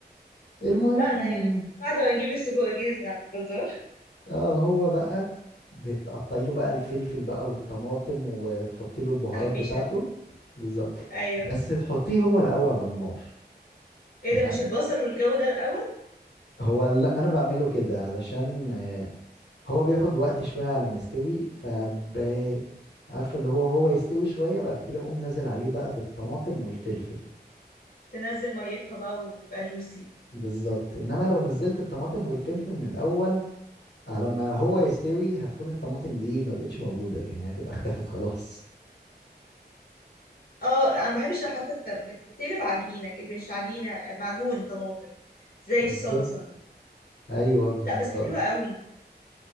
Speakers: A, on the left; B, on the left.
A: المهم
B: لا انا يعني بعد ما نجيب السجق جاهز من عند الجزار
A: اه هو بقى بتقطعي له بقى الفلفل بقى والطماطم وتحطي له البهارات
B: تحبيشه
A: بتاعته
B: دي
A: بالظبط
B: ايوه
A: بس تحطيه هو الاول على النار
B: ايه
A: يعني
B: ده مش البصل والجو ده الاول
A: هو لا انا بعمله كده علشان آه، هو بياخد وقت شويه على ما يستوي فب عارفه اللي هو هو يستوي شويه بعد كده اقوم نازل عليه بقى بالطماطم والفلفل
B: تنزل ميتها بقى ويبقى جوسي
A: بالظبط انما لو نزلت الطماطم والفلفل من الاول على ما هو يستوي هتكون الطماطم دي ما بقتش موجوده يعني هتبقى اختفت خلاص
B: اه انا ما بحبش حتى الت- بت- بتقلب عجينه مش عجينه آه، معجون طماطم زي
A: بالظبط
B: الصلصه
A: ايوه بالظبط
B: لا بس حلوه قوي